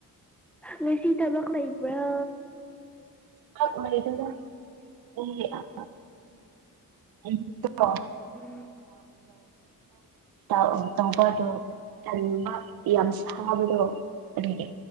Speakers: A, in the centre; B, on the right (about 80°).
A: ꯉꯁꯤ ꯊꯕꯛ ꯂꯩꯕ꯭ꯔꯣ
B: ꯊꯛ ꯂꯩꯇꯦꯗ <unintelligible> <unintelligible> ꯇꯥꯎ
A: ꯎꯝ
B: ꯑꯥ ꯇꯧꯕꯗꯣ ꯇꯟꯕ ꯌꯥꯝ ꯁꯥꯕꯗꯣ ꯑꯗꯨꯒꯤ